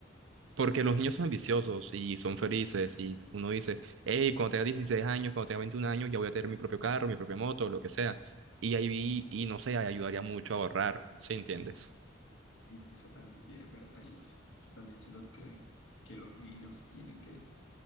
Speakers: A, on the right; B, on the left.
A: Porque los niños son ambiciosos y son felices y uno dice, hey, cuando tenga 16 años, cuando tenga 21 años, ya voy a tener mi propio carro, mi propia moto, lo que sea. Y ahí vi, y no sé, ahí ayudaría mucho a ahorrar, ¿sí entiendes?
B: Y eso también es verdad. Yo, s- yo también siento que, que los niños tienen que